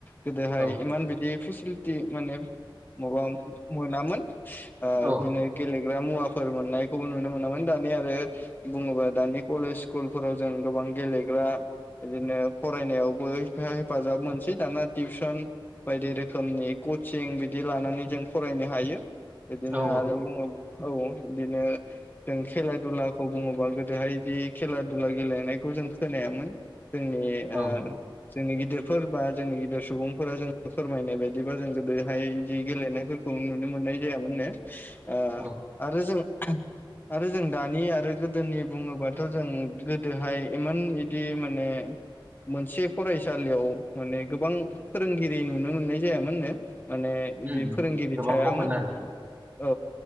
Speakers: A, on the left; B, on the right.
A: गोदोहाय
B: औ
A: इमान बिदि फेसिलिटि माने माबा मोनामोन
B: औ
A: इदिनो गेलेनो गेलेग्रा मुवाफोर मोननायखौबो नुनो मोनोमोन दानि आरो बुङोब्ला दानि कलेज सकुलफोराव जों गोबां गेलेग्रा बिदिनो फरायनायावबो हेफाजाब मोनसै दाना टिउसन बायदि रोखोमनि कचिं बिदि लानानै जों फरायनो हायो बेदिनो
B: औ
A: आरो बुङोब्ला औ बिदिनो जों खेला दुलाखौ बुङोबा गोदोहाय बिदि खेला दुला गेलेनायखौ जों खोनायामोन जोंनि ओ
B: औ नंगौ
A: जोंनि गिदिर फोरबा जोंनि गिदिर सुबुंफोरा जों फोरमायनाय बायदिबा जों गोदोहाय बिदि गेलेनायफोरखौ खौ नुनो मोननाय जायामोननो ओ
B: औ
A: आरो जों आरो जों दानि आरो गोदोनि बुङोबाथ' जों गोदोहाय इमान इदि माने मोनसे फरायसालियाव माने गोबां फोरोंगिरि नुनो मोननाय जायामोननो माने
B: उम
A: इदि
B: उम
A: फोरोंगिरि
B: गोबां
A: थायामोन
B: खममोन आरो
A: औ